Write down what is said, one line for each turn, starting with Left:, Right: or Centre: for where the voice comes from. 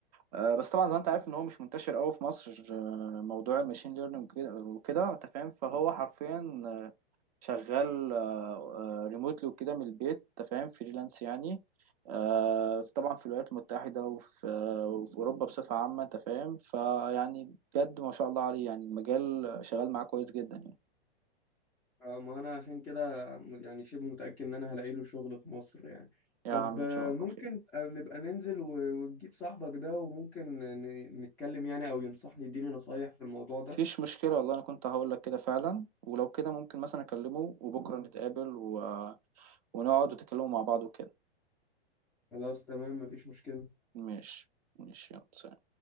Right: آه، بس طبعا زي ما أنت عارف إن هو مش منتشر أوي في مصر آه، موضوع الماشين ليرنينج وكده وكده، أنت فاهم فهو حرفيا شغال ريموتلي وكده من البيت انت فاهم فريلانس يعني آه، في- طبعا في الولايات المتحدة وفي آه، وفي أوروبا بصفة عامة انت فاهم فيعني بجد ما شاء الله عليه يعني المجال شغال معاه كويس جدا يعني
Centre: اه ما انا عشان كده م- يعني شبه متاكد ان انا هلاقي له شغل في مصر يعني
Right: يا
Centre: طب
Right: عم
Centre: آه،
Right: إن شاء
Centre: ممكن
Right: الله خير
Centre: آه، نبقى ننزل و- وتجيب صاحبك ده وممكن ن- نتكلم يعني او ينصحني يديني نصايح في الموضوع ده
Right: مفيش مشكلة والله أنا كنت هقول لك كده فعلا ولو كده ممكن مثلا أكلمه وبكرة نتقابل و... آه، ونقعد وتكلموا مع بعض وكده
Centre: خلاص تمام مفيش مشكله
Right: ماشي ماشي يلا سلام.